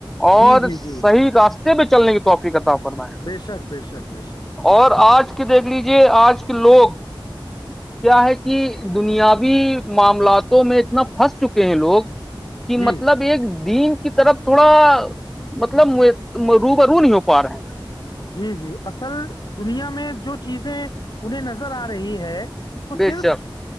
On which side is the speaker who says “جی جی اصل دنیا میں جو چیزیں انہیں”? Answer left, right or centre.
Left